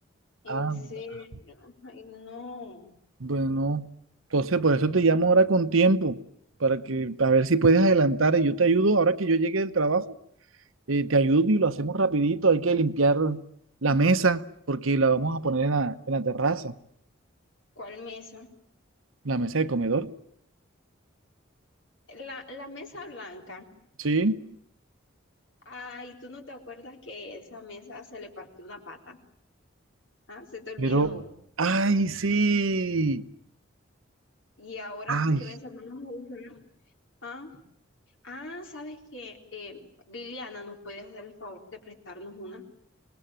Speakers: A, on the left; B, on the right.
A: En
B: Anda.
A: serio, ay, no.
B: Bueno, entonces por eso te llamo ahora con tiempo, para que, a ver si puedes adelantar y yo te ayudo ahora que yo llegue del trabajo. eh, te ayudo y lo hacemos rapidito. Hay que limpiar la mesa porque la vamos a poner en la, en la terraza,
A: ¿Cuál mesa?
B: la mesa de comedor.
A: La, la mesa blanca.
B: Sí,
A: Ay, ¿tú no te acuerdas que esa mesa se le partió una pata? ¿Ah? Se te olvidó.
B: pero, ay, sí,
A: ¿Y ahora
B: ay,
A: qué mesa vamos a usar? ¿Ah? Ah, ¿sabes qué? Eh, Liliana nos puede hacer el favor de prestarnos una,